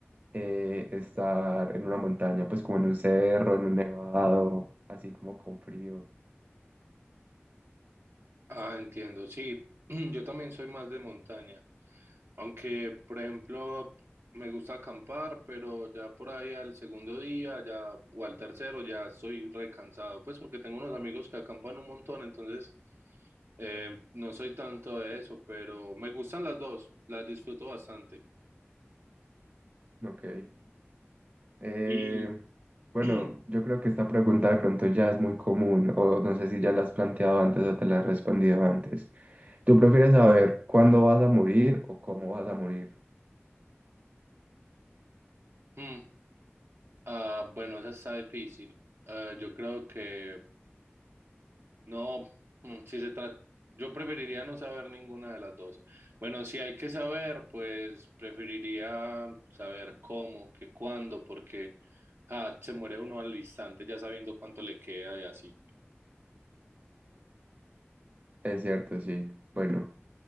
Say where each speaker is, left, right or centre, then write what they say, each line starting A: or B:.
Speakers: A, on the right (about 40°); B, on the right (about 65°).
A: eh, estar en una montaña, pues como en un cerro, en un nevado, así como con frío.
B: Ah, entiendo, sí, <clears throat> yo también soy más de montaña. Aunque, por ejemplo, me gusta acampar, pero ya por ahí al segundo día ya, o al tercero ya estoy recansado, pues porque tengo unos amigos que acampan un montón, entonces eh, no soy tanto de eso, pero me gustan las dos, las disfruto bastante.
A: Ok. Eh,
B: Y,
A: bueno,
B: <clears throat>
A: yo creo que esta pregunta de pronto ya es muy común, o no sé si ya la has planteado antes o te la has respondido antes. ¿Tú prefieres saber cuándo vas a morir o cómo vas a morir?
B: mm, Ah, bueno, esa está difícil. Ah, yo creo que no, mm, si se trata, yo preferiría no saber ninguna de las dos. Bueno, si hay que saber, pues preferiría saber cómo, que cuándo, porque ah, se muere uno al instante ya sabiendo cuánto le queda y así.
A: Es cierto, sí. Bueno.